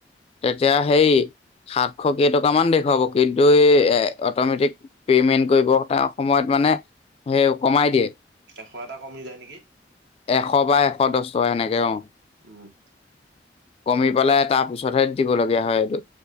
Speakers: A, on the left; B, on the right.
A: তেতিয়া সেই। সাতশ কেইটকা মান দেখুৱাব কিন্তু এ অট'মেটিক পেমেন্ট কৰিব। সময়ত মানে সেই কমাই দিয়ে
B: এশ এটা কমি যায় নেকি।
A: এশ বা এশ দশ টকা সেনেকে অ।
B: উম
A: কমি পেলাই তাৰ পিছতহে দিব লগীয়া হয় এইটো